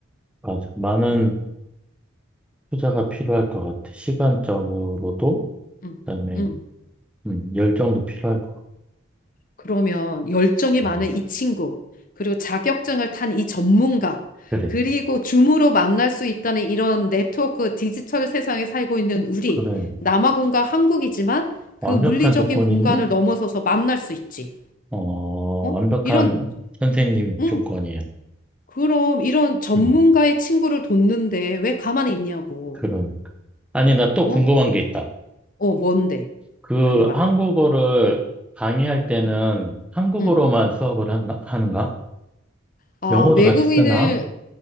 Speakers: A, in the centre; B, on the left (about 45°).
A: 맞아. 많은
B: 음,
A: 투자가 필요할 것 같아. 시간적으로도,
B: 음,
A: 그다음에,
B: 음.
A: 음, 열정도 필요할 것
B: 그러면 열정이
A: 같고, 그래.
B: 많은 이 친구, 그리고 자격증을 탄 이 전문가,
A: 그래,
B: 그리고 줌으로 만날 수 있다는 이런 네트워크 디지털 세상에 살고 있는 우리,
A: 그래.
B: 남아공과 한국이지만 그
A: 완벽한
B: 물리적인
A: 조건인데,
B: 공간을 넘어서서 만날 수 있지.
A: 어,
B: 어?
A: 완벽한
B: 이런,
A: 선생님
B: 응,
A: 조건이야.
B: 그럼 이런 전문가의
A: 음,
B: 친구를 돕는데 왜 가만히 있냐고.
A: 그럼. 아니, 나 또
B: 어?
A: 궁금한 게 있다.
B: 어, 뭔데?
A: 그
B: 말해봐.
A: 한국어를 강의할 때는
B: 응,
A: 한국어로만
B: 응.
A: 수업을 하 하는가?
B: 아,
A: 영어도
B: 외국인을
A: 같이 쓰나?